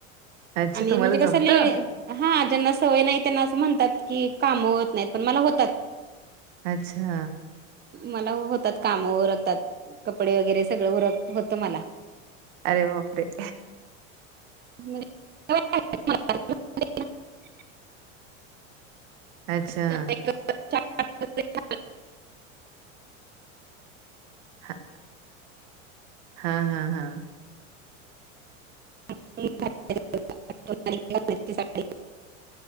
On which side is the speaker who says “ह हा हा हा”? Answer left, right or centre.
Right